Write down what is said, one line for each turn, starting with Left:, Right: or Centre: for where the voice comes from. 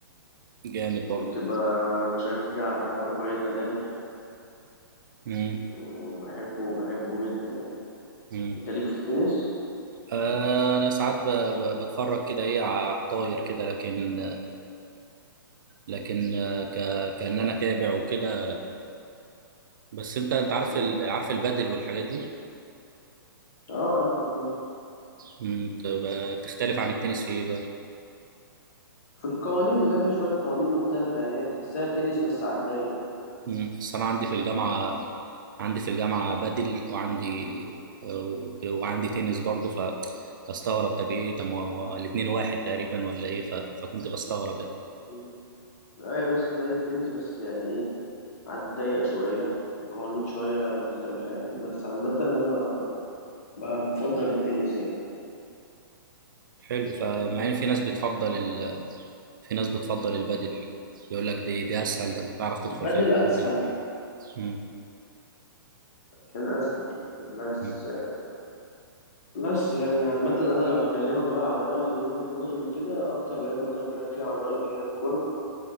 Right: جامد برضو
Left: كنت ب- بشجع رافائيل نادال
Right: مم.
Left: وبحبه بحبه جدا يعني
Right: مم.
Left: انت ليك في التنس؟
Right: آه، انا ساعات ب- ب- بتفرج كده ايه على الطاير كده لكن لكن آه، ك... كأن انا تابع وكده لا بس انت انت عارف
Left: مم.
Right: ال... عارف البادل والحاجات دي
Left: اه عارف البادل
Right: مم. بتبقى- بتختلف عن التنس في ايه بقى
Left: في القوانين بتاعتها شوية قوانين مختلفة يعني هي تحسها تنس بس على الضيق
Right: مم. بس انا عندي في الجامعة عندي في الجامعة بدل وعندي آه، وعندي تنس برضه ف فاستغرب طب ايه طب ما هو الاتنين واحد تقريبا ولا ايه ف... فكنت بستغرب يعني
Left: مم. ايوه بس زي التنس بس يعني ايه على الضيق شوية وقوانين شوية مختلفة يعني بس عامة أنا ب- بفضل التنس يعني
Right: حلو فمع ان في ناس بتفضل ال... في ناس بتفضل البدل يقول لك دي دي اسهل ده انت تعرف تدخل
Left: بدل
Right: فيها
Left: أسهل
Right: يعني مم.
Left: عشان أسهل بس
Right: مم.
Left: بس يعني عامة أنا لو هكلمك بقى عن رأيي ووجهة نظري وكده أكتر رياضة ممكن أكلمك فيها عن رأيي هي الكورة